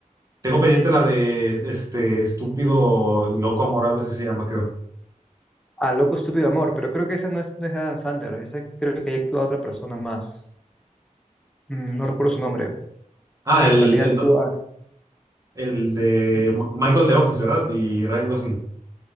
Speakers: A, on the right; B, in the centre.
A: Tengo pendiente la de este estúpido loco amor, algo así se llama, creo.
B: Ah, Loco Estúpido Amor, pero creo que esa no es, no es de Adam Sandler, esa creo que ahí actúa otra persona más. Mm, No recuerdo su nombre,
A: Ah,
B: pero
A: el,
B: también
A: el,
B: actúa,
A: no, el de
B: sí,
A: Michael de Office, ¿verdad? Y Ryan Gosling.